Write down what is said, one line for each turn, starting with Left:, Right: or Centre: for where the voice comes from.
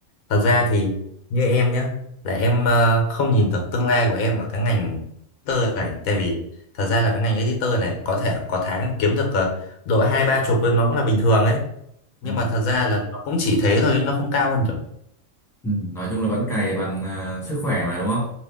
Left: thật
Centre: À,
Left: ra thì như em nhá là em ờ, không nhìn được tương lai của em ở cái ngành editor này tại vì thật ra là cái ngành editor này có thể có tháng kiếm được ờ, độ hai ba chục lên nó cũng là bình thường ấy nhưng
Centre: à.
Left: mà thật ra là nó cũng chỉ thế thôi nó không cao hơn được
Centre: Ừ, nói chung là vẫn cày bằng à, sức khỏe mà đúng không?